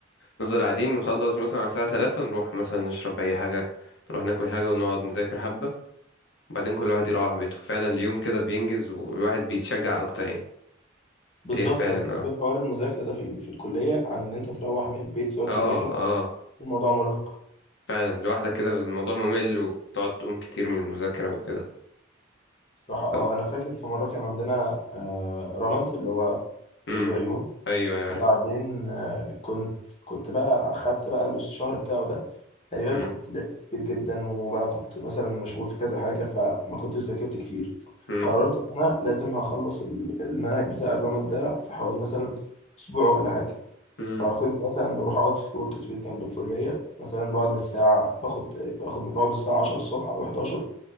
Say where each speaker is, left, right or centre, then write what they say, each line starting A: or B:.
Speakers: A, on the left (about 65°); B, on the left (about 35°).
A: نفضل قاعدين نخلص مثلا على الساعة تلاتة نروح مثلا نشرب أي حاجة نروح ناكل حاجة ونقعد نذاكر حبة وبعدين كل واحد يروح بيته فعلا اليوم كده بينجز والواحد بيتشجع أكتر يعني
B: بالظبط
A: هي فعلا
B: أنا بحب
A: اه
B: حوار المذاكرة ده في ال- في الكلية عن إن أنت تروح من البيت تقعد تذاكر
A: اه اه
B: الموضوع مرهق
A: فعلا لوحدك كده الموضوع ممل وبتقعد تقوم كتير من المذاكرة وكده
B: صراحة أه
A: طب
B: أنا فاكر في مرة كان عندنا آه، رمد اللي هو
A: امم
B: طب عيون
A: أيوه أيوه
B: وبعدين
A: عرفت
B: آه، كنت كنت بقى أخدت بقى الشهر بتاعه ده تقريبا
A: امم
B: كنت لعبت كتير جدا وبقى كنت مثلا مشغول في كذا حاجة فما كنتش ذاكرت كتير
A: امم
B: قررت إن أنا لازم هخلص ال- المنهج بتاع الرمد ده في حوالي مثلا أسبوع ولا حاجة
A: امم
B: فكنت مثلا بروح أقعد في ورك سبيس جنب الكلية مثلا بقعد من الساعة باخد باخد بقعد من الساعة 10 الصبح أو 11